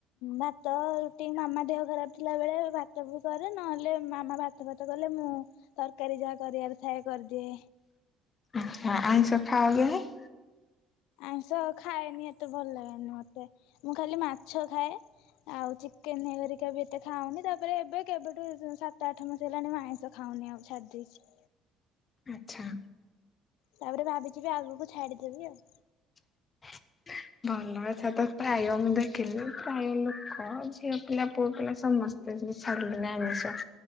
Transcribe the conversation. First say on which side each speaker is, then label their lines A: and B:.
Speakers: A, on the left; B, on the left.
A: ଭା ତ ରୁଟି ମାମା ଦେହ ଖରାପ ଥିଲା ବେଳେ ଭାତ ମୁଁ କରେ, ନହେଲେ ମାମା ଭାତ ଫାତ କଲେ ମୁଁ ତରକାରୀ ଯାହା କରିବାର ଥାଏ କରିଦିଏ।
B: ଆଚ୍ଛା ଆଇଁଷ ଖାଓ କି ନାଇଁ?
A: ଆଇଁଷ ଖାଏନି ଏତେ ଭଲ ଲାଗେନି ମତେ। ମୁଁ ଖାଲି ମାଛ ଖାଏ। ଆଉ ଚିକେନ ହେରିକା ବି ଏତେ ଖାଉନି। ତାପରେ ଏବେ କେବେଠୁ ସାତ ଆଠ ମାସ ହେଲାଣି ମୁଁ ଆଇଁଷ ଖାଉନି ଆଉ ଛାଡିଦେଇଚି।
B: ଆଚ୍ଛା।
A: ତାପରେ ଭାବିଚି ବି ଆଗକୁ ଛାଡ଼ିଦେବି ଆଉ।
B: <inaudible> ଭଲ। ଏଥର ତ ପ୍ରାୟ ମୁଁ ଦେଖିଲି ପ୍ରାୟ ଲୋକ ଝିଅ ପିଲା ପୁଅ ପିଲା ସମ ସ୍ତେ ବି ଛାଡ଼ିଲେଣି ଆମିଷ।